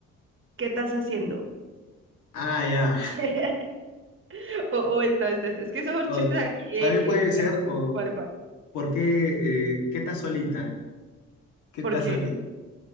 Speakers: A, on the right; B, on the left.
A: ¿qué estás haciendo?
B: Ah, ya.
A: <laughs> O, o esta, esta, esta. Es que esos son
B: O
A: chistes aquí, eh,
B: también
A: que
B: puede
A: que
B: ser,
A: la gente-
B: o
A: ¿Cuál, cuál?
B: ¿por qué, eh, qué está solita? ¿Qué
A: Porque,
B: está solita?